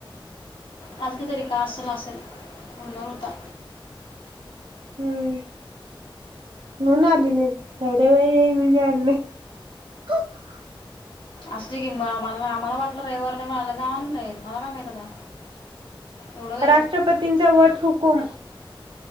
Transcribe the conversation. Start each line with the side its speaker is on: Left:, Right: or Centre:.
Left: <unintelligible> आजका तरी का असल असेल होणार होता.
Right: हम्म मनून आली नईत <unintelligible>
Left: आसदी मग आम्हाला आम्हाला वाट. रविवार नई माला नई आणये मला काय माहत आता. एवढं काय
Right: राष्ट्रपतींचा
Left: त्यात
Right: वट. हुकुम.